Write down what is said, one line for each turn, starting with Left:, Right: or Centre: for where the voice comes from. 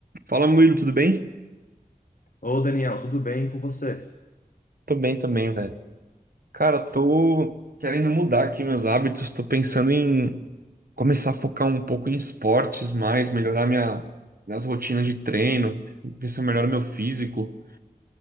Right: Fala, Murilo, tudo bem?
Left: Ô Daniel, tudo bem com você?
Right: Tô bem também, velho. Cara, tô querendo mudar aqui meus hábitos, tô pensando em começar a focar um pouco em esportes mais, melhorar minha, minhas rotinas de treino, ver se eu melhoro meu físico.